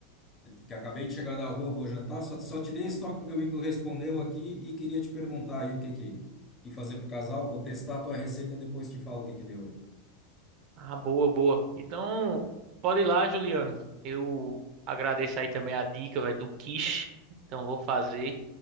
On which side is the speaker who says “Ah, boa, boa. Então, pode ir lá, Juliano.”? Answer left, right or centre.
Right